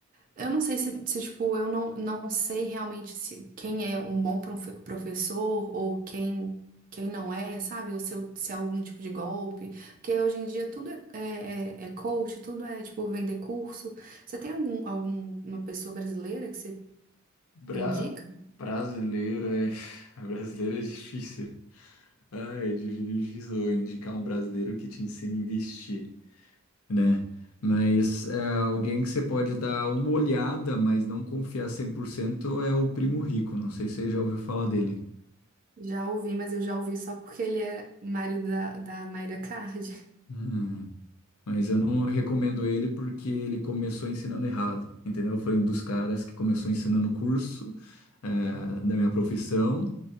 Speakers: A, on the right; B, on the left.
A: eu não sei se, se, tipo, eu não, não sei realmente se quem é um bom profe- professor ou quem, quem não é, sabe? Ou se, eu- se é algum tipo de golpe. Porque hoje em dia tudo é, é, é é coach, tudo é, tipo, vender curso. Você tem algum, alguma pessoa brasileira que você
B: Bra...
A: indica?
B: Brasileira é... <laughs> Brasileira é difícil. Ai, é difícil indicar um brasileiro que te ensina a investir, né? Mas é, alguém que você pode dar uma olhada, mas não confiar 100% é o Primo Rico. Não sei se você já ouviu falar dele.
A: Já ouvi, mas eu já ouvi só porque ele é marido da, da Mayra Card.
B: Hum, mas eu não recomendo ele porque ele começou ensinando errado, entendeu? Foi um dos caras que começou ensinando o curso é, da minha profissão